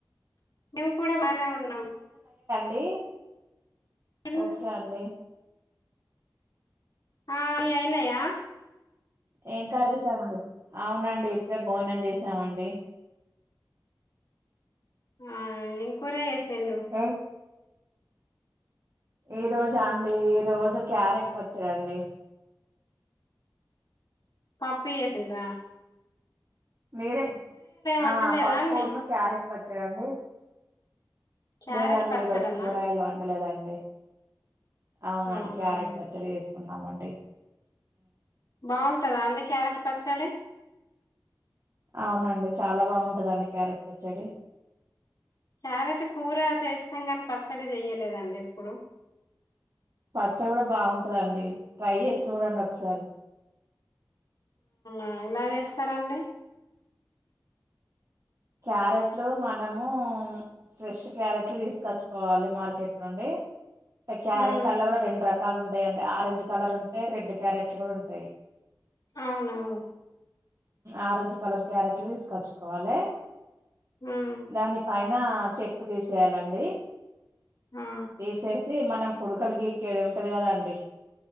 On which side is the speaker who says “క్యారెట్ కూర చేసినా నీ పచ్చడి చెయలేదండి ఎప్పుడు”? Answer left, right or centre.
Left